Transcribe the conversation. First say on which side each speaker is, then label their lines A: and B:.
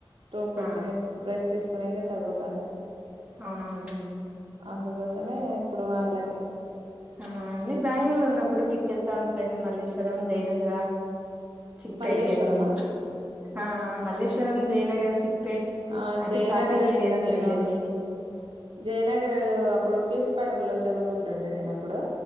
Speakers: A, on the right; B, on the right.
A: రూమ్కొచ్చి
B: ఆ
A: రెస్ తీసుకు కొనేకె సరిపోతాండి
B: అవునలేండి
A: అందుకోసమే ఇప్పుడు ఆన్లైన్
B: ఆ మీరు బ్యాంగ్లూర్ ఉన్నప్పుడు బీచ్కెళ్తా ఉంటార మల్లేశ్వరం దేయనగర చిక్పేట
A: మల్లేశ్వరమా
B: అని ఆ మల్లేశ్వరం జయనగర్ చిక్పేట్
A: ఆ
B: అంటే
A: జయనగర్ం
B: షాపింగ్ ఏరియాస్
A: ఇంకా
B: కదా
A: నేను
B: ఇయన్నీ
A: జయనగర్ అప్పుడు క్యూస్ పడర్ లో చదుగుం వెళ్తుంటి నేను అప్పుడు